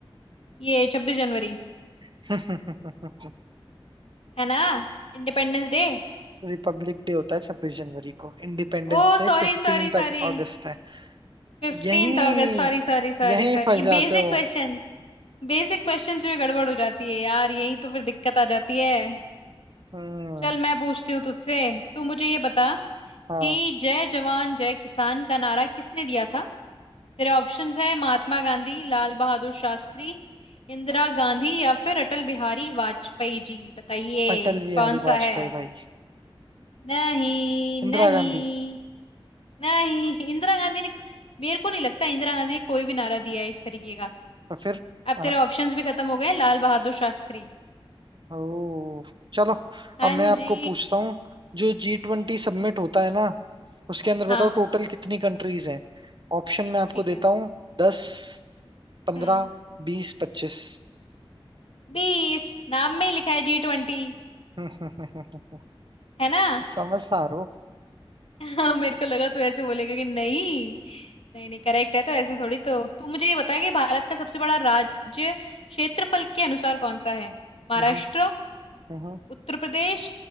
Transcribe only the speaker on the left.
ये छब्बीस जनवरी
है ना Independence day
Oh
sorry
sorry
sorry
फिफ्टींथ
अगस्त सॉरी सॉरी सॉरी
सॉरी
ये
बेसिक
क्वेश्चन बेसिक क्वेश्चंस में गड़बड़ हो जाती है यार यही तो फिर दिक्कत आ जाती है
चल मैं पूछती हूँ तुझसे तू मुझे ये बता
कि जय जवान जय किसान का नारा किसने दिया था तेरे ऑप्शंस है महात्मा गांधी लाल बहादुर शास्त्री इंदिरा गांधी या फिर अटल बिहारी वाजपेयी जी बताइए
कौन सा
है
नहीं
नहीं
नहीं इंदिरा गांधी ने मेरे को नहीं लगता इंदिरा गांधी ने कोई भी नारा दिया है इस तरीके का
अब
तेरे ऑप्शंस भी खत्म हो गए हैं, लाल बहादुर शास्त्री
हाँ
जी
हाँ
ठीक
है
हम्म
बीस नाम में ही लिखा है जी ट्वेंटी
है ना
<laughs> हाँ मेरे को लगा तू ऐसे बोलेगा कि नहीं नहीं नहीं करेक्ट है तो ऐसे थोड़ी तो तू मुझे ये बता कि भारत का सबसे बड़ा राज्य क्षेत्रफल के अनुसार कौन सा है महाराष्ट्र
उत्तर प्रदेश